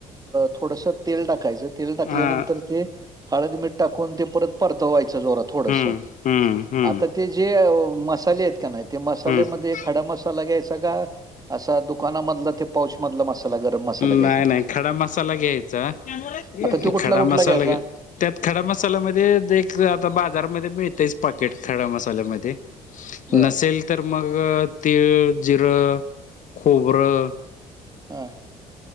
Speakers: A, on the right (about 20°); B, on the left (about 50°).
A: थोडस तेल टाकायचं तेल टाकल्यानंतर
B: हां
A: ते हळद मीठ टाकून ते परत परतवायचं जोरात थोडस
B: हम्म हम्म हम्म
A: आता ते जे मसाले आहेत का नाही ते मसाल्यामध्ये
B: हम्म
A: खडा मसाला घ्यायचा का असा दुकानामधला ते पाउच मधला मसाला गरम मसाला घ्यायचा.
B: नाही नाही खडा मसाला घ्यायचा
A: आता त्यो कुठला
B: खडा
A: कुठला
B: मसाला
A: घ्यायचा.
B: घे त्यात खडा मसाल्यामध्ये ते एक आता बाजारमध्ये मिळतयच पाकेट खडा मसाल्यामध्ये.
A: बर
B: नसेल तर मग तीळ जिरं खोबरं
A: हां.